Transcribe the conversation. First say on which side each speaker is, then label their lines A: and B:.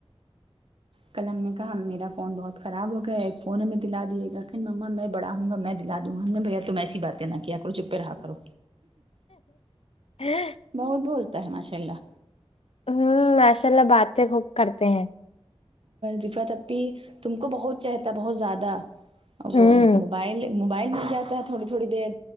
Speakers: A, on the right; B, on the left.
A: کل ہم نے کہا میرا فون بہت خراب ہو گیا ایک فون ہمیں دلا دے گا کہ ما میں بڑا ہوں گا میں دلا دوں گا ہم بھیا تم ایسی باتیں نہ کیا کرو چپے رہا کرو
B: ہاں
A: بہت بولتا ہے ماشاء اللہ
B: ہوں ماشاء اللہ باتیں خوب کرتے ہیں
A: دفہ تبی تم کو بہت چاہتا بہت زیادہ ا
B: ہوں
A: وہ موبائل موبائل مل جاتا ہے تھوڑی تھوڑی دیر